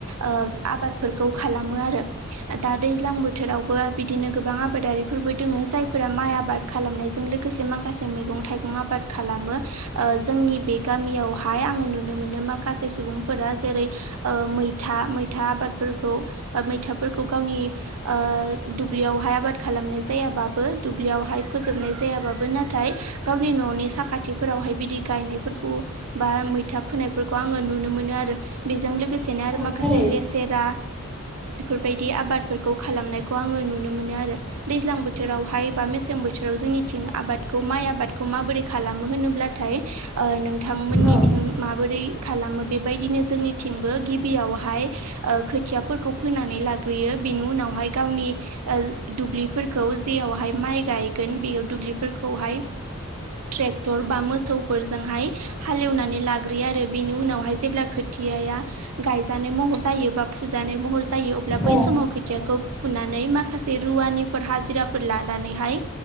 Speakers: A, on the right; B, in the centre.
A: ओ आबादफोरखौ खालामो आरो। दा दैज्लां बोथोरावबो बिदिनो गोबां आबादारिफोरबो दोङो जायफोरा माइ आबाद खालामनायजों लोगो गोसे माखासे मैगं थाइगं आबाद खालामो ओ जोंनि बे गामियावहाय आङो नुनो मोनो माखासे सुबुंफोरा जेरै ओ मैथा मैथा आबादफोरखौ बा मैथाफोर खौ गावनि ओ दुब्लियावहाय आबाद खालामनाय जायाबाबो दुब्लियावहाय फोजोबनाय जायाबाबो नाथाय गावनि न'नि साखाथिफोरावहाय बिदि गायनायफोरखौ बा मैथा फोनायफोरखौ आङो नुनो मोनो आरो बेजों लो गोसेनो आरो
B: औ
A: माखासे
B: थारैनो
A: लेसेरा बेफोर आबादफोरखौ खालामनायखौ आङो नुनो मोनो आरो दैज्लां बोथोरावहाय बा मेसें बोथोराव जोंनिथिं आ बादखौ माइ आबादखौ माबोरै खालामो होनोब्लाथाय ओ नोंथांमोननिथिं
B: औ
A: माबोरै खालामो बेबायदिनो जोंनिथिंबो गिबियावहाय ओ खोथियाफोरखौ फोनानै लाग ग्रोयो। बिनि उनावहाय गावनि ओ दुब्लि फोरखौ जेरावहाय माइ गायगोन बेयाव दु ब्लिफोरखौहाय ट्रेक्टर बा मोसौफोरजोंहाय हालेवनानै लाग्रोयो आरो बेनि उनावहाय जेब्ला खोथ थियाया गायजानाय महर जायो बा फुजानाय महर जायो अब्ला बै
B: औ
A: समाव खोथियाखौ फुनानै माखासे रुवानिफोर हाजिराफोर लानानैहाय